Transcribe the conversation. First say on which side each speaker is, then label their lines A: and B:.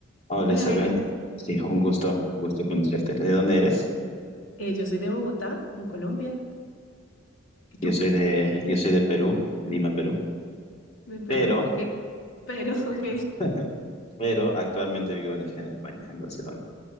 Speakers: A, on the left (about 35°); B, on the left (about 70°).
A: Hola
B: Hola
A: Isabel,
B: Diego,
A: sí, un gusto, un gusto conocerte. ¿De dónde eres?
B: Eh, yo soy de Bogotá, en Colombia. ¿Y tú?
A: Yo soy de, yo soy de Perú, Lima, Perú,
B: De Perú,
A: pero,
B: ok. Pero, <laughs>
A: pero,
B: ok.
A: pero actualmente vivo en, en España, en Barcelona.